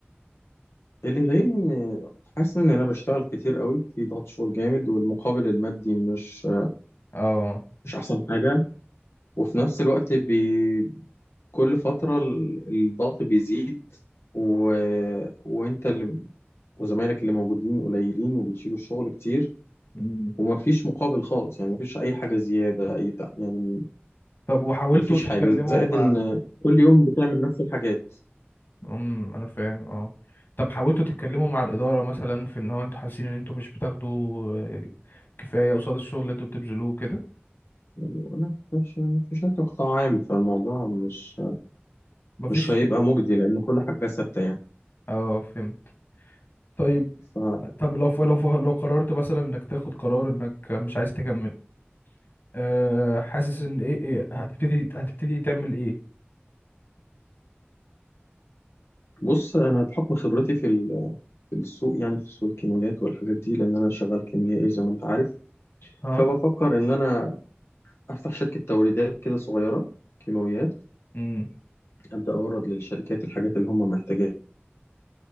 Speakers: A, on the left (about 80°); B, on the left (about 55°).
A: اللي مضايقني إن- حاسس ان انا بشتغل كتير قوي في ضغط شغل جامد والمقابل المادي مش
B: اه
A: مش احسن حاجه وفي نفس الوقت بي... كل فتره ال- الضغط بيزيد و... وانت اللي... وزمايلك اللي موجودين قليلين وبتشيلوا الشغل كتير
B: مم.
A: ومفيش مقابل خالص يعني مفيش اي حاجه زياده اي بتاع يعني
B: طب وحاولتوا
A: مفيش
B: تتكلموا
A: حاجه زائد
B: مع
A: ان كل يوم بتعمل نفس الحاجات
B: امم انا فاهم اه طب حاولتوا تتكلموا مع الإدارة مثلا في ان هو انتوا حاسين ان انتوا مش بتاخدوا آه، كفاية قصاد الشغل اللي انتوا بتبذلوه كده
A: يعني انا في ش- في شركه قطاع عام فالموضوع مش
B: مفيش
A: مش هيبقى مجدي لان كل حاجه ثابته يعني
B: اه فهمت طيب
A: ف
B: طب لو ف- لو ف- لو قررت مثلا انك تاخد قرار انك مش عايز تكمل أه حاسس ان ايه ايه هتبتدي هتبتدي تعمل ايه
A: بص انا بحكم خبرتي في ال- في السوق يعني في سوق الكيماويات والحاجات دي لان انا شغال كيميائي زي ما انت عارف
B: اه
A: فبفكر ان انا افتح شركه توريدات كده صغيره كيماويات
B: امم
A: ابدا اورد للشركات الحاجات اللي هم محتاجينها